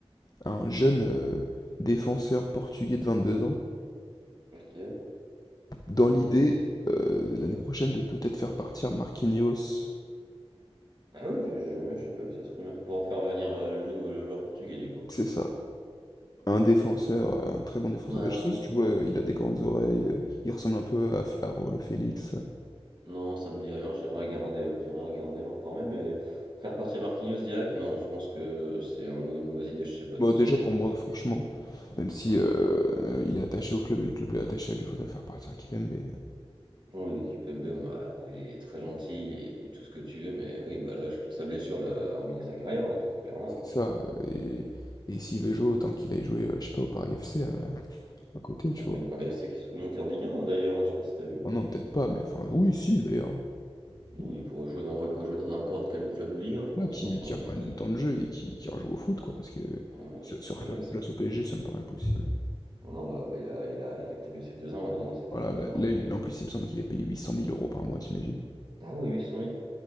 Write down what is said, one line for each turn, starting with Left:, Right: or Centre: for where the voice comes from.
Left: à un jeune euh, défenseur portugais de 22 ans,
Right: Ok.
Left: dans
Right: Je...
Left: l'idée euh,
Right: mm.
Left: l'année prochaine de peut-être faire partir Marquinhos,
Right: Ah oui, j'ai jamais, j'ai pas vu cette rumeur pour faire venir euh, le nouveau le joueur portugais du coup.
Left: c'est ça, un défenseur, euh, un très bon défenseur.
Right: Ouais.
Left: Bah, je sais pas si tu vois, euh, il a des grandes oreilles, euh, il ressemble un peu à, F- à Raoul Félix.
Right: Non, ça me dit rien. J'ai regardé, j'ai regardé, m'informer, mais faire partir Marquinhos direct, non. Je pense que c'est un- une mauvaise idée. Je sais pas toi
Left: Bon, déjà
Right: ce que t'en
Left: pour
Right: penses.
Left: moi, franchement, même si euh, il est attaché au club et le club est attaché à lui, faut faudrait faire partir à Kipembe. euh,
Right: Oui, l'équipe MB, on a- il est très gentil et tout ce que tu veux, mais oui, bah là, je- sa blessure l'a a ruiné sa carrière, hein, très clairement.
Left: C'est ça. euh, Et, et s'il veut jouer, autant qu'il aille jouer, euh, je sais pas, au Paris FC à, à côté, tu
Right: Ah
Left: vois.
Right: oui, Paris FC qui sont montés en Ligue 1 d'ailleurs, hein, je sais pas si t'as vu.
Left: Oh non, peut-être pas, mais enfin, oui, si d'ailleurs.
Right: Oui,
Left: Il-
Right: il pourrait jouer dans, il pourrait jouer dans n'importe quel autre club de Ligue 1, je pense,
Left: Voilà, qui,
Right: franchement,
Left: qui reprennent
Right: mais euh,
Left: du temps de jeu et qui, qui rejouent au foot, quoi, parce que
Right: ouais,
Left: se,
Right: parce
Left: se refaire
Right: que là,
Left: une
Right: c'est
Left: place au PSG, ça me paraît impossible.
Right: non, là, bah, il a, il a, il a été blessé deux ans, deux ans, c'est très
Left: Voilà, là,
Right: très long
Left: là,
Right: quand
Left: il-
Right: même.
Left: en plus, il me semble qu'il est payé 800 000 euros par mois, t'imagines?
Right: Ah oui, huit cent mille,